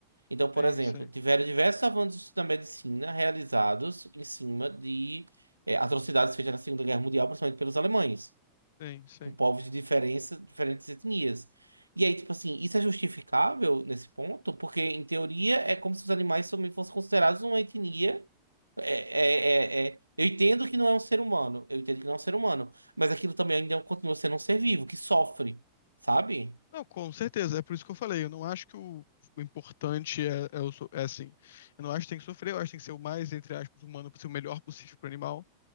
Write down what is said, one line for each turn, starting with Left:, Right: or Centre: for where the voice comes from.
Right: Então, por
Left: sim,
Right: exemplo,
Left: sim,
Right: tiveram diversos avanços na medicina realizados em cima de, é, atrocidades feitas na Segunda Guerra Mundial, principalmente pelos alemães
Left: sim, sim.
Right: com povos de diferença, diferentes etnias. E aí, tipo assim, isso é justificável nesse ponto? Porque, em teoria, é como se os animais também fossem considerados uma etnia. É, é, é, é. Eu entendo que não é um ser humano, eu entendo que não é um ser humano, mas aquilo também ainda continua sendo um ser vivo, que sofre, sabe?
Left: Não, com certeza, é por isso que eu falei. Eu não acho que o, o importante é, é, o, so- é assim. Eu não acho que tem que sofrer, eu acho que tem que ser o mais, entre aspas, humano, possível, o melhor possível para o animal.